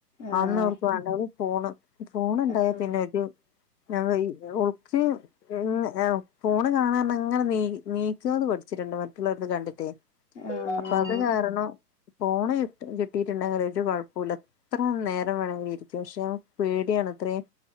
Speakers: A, on the left; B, on the left.
A: ആഹ്
B: അന്നു അവർക്ക് വേണ്ട ഒരു ഫോണ് ഫോണുണ്ടായ
A: ആഹ്
B: പിന്നെ ഒരു ആയിമാരി ഓക്ക് ഈ ഫോൺ കാണാൻ അങ്ങനെ നീ നീക്കുന്നത് പഠിച്ചിട്ടുണ്ട് മറ്റുള്ളവർന്ന് കണ്ടിട്ടേ
A: ആഹ്
B: അപ്പൊ അത് കാരണം ഫോൺ കിട്ടിയിട്ടുണ്ടെങ്കിൽ ഒരു കുഴപ്പുല്ല എത്ര നേരം വേണമെങ്കിൽ ഇരിക്കും പക്ഷെ പേടിയാണ് ഇത്രയും